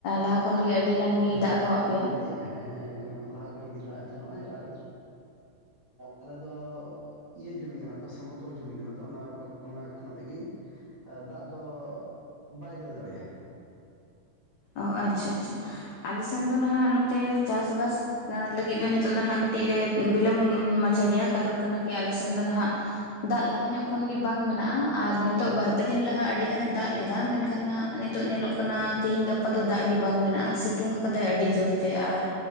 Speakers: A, on the left (about 85°); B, on the right (about 45°).
A: ᱞᱟᱦᱟ ᱠᱷᱚᱱᱜᱮ ᱟᱹᱰᱤ ᱜᱟᱱ ᱜᱮᱭ
B: ᱦᱮᱸ
A: ᱫᱟᱜ ᱟᱠᱟᱣᱟᱫ
B: ᱞᱟᱦᱟ
A: ᱯᱮᱭᱟ?
B: ᱟᱹᱰᱤ ᱦᱮᱸ ᱦᱮᱸ ᱮᱠᱫᱚᱢ ᱞᱟᱦᱟ ᱠᱷᱚᱡ ᱜᱮ ᱫᱟᱜ ᱮᱫ ᱛᱟᱦᱮᱱᱟ ᱱᱚᱜ ᱚᱭ, ᱟᱨ ᱟᱞᱮ ᱫᱚ ᱤᱭᱟᱹ ᱡᱩᱢᱤ ᱠᱟᱱᱟ ᱛᱚ ᱥᱚᱢᱚᱛᱚᱞ ᱡᱩᱢᱤ ᱠᱟᱱᱟ ᱛᱚ ᱚᱱᱟ ᱵᱟᱠᱷᱱᱟ ᱛᱮᱜᱮ ᱟ ᱫᱟᱜ ᱫᱚ ᱵᱟᱭ ᱫᱟᱹᱲ ᱫᱟᱲᱮᱭᱟᱜᱼᱟ
A: ᱚ ᱟᱪᱪᱷᱟ ᱟᱪᱪᱷᱟ ᱟᱞᱮ ᱥᱮᱱ ᱫᱚ ᱱᱟᱦᱟᱜ ᱱᱚᱛᱮ ᱪᱟᱥᱵᱟᱥ ᱚᱱᱟ ᱞᱟᱹᱜᱤᱫ ᱫᱚ ᱱᱤᱛᱚᱜ ᱫᱚ ᱦᱟᱸᱜ ᱠᱟᱹᱴᱤᱡ ᱞᱮ ᱵᱤᱞᱚᱢ ᱢᱟᱪᱷᱟ ᱜᱮᱭᱟ ᱠᱟᱨᱚᱱ ᱠᱟᱱᱟ ᱠᱤ ᱟᱞᱮ ᱥᱮᱱ ᱫᱚ ᱱᱟᱦᱟᱸᱜ ᱫᱟᱜ ᱞᱟᱦᱟ ᱧᱚᱜ ᱠᱷᱚᱱ ᱜᱮ ᱵᱟᱝ ᱢᱮᱱᱟᱜᱼᱟ ᱟᱨ ᱱᱤᱛᱚᱜ ᱵᱟᱨ ᱯᱮ ᱫᱤᱱ ᱞᱟᱦᱟ ᱟᱹᱰᱤ ᱜᱟᱱᱮ ᱫᱟᱜ ᱞᱮᱫᱟ ᱢᱮᱱᱠᱷᱟᱱ ᱱᱟᱦᱟᱜ ᱱᱤᱛᱳᱜ ᱧᱮᱞᱚᱜ ᱠᱟᱱᱟ ᱛᱤᱦᱤᱧ ᱜᱟᱯ ᱜᱟᱯᱟ ᱫᱚ ᱫᱟᱜ ᱜᱮ ᱵᱟᱝ ᱢᱮᱱᱟᱜᱼᱟ ᱥᱤᱛᱩᱝ ᱟᱠᱟᱫᱟᱭ ᱟᱹᱰᱤ ᱡᱳᱨᱛᱮ ᱟᱨ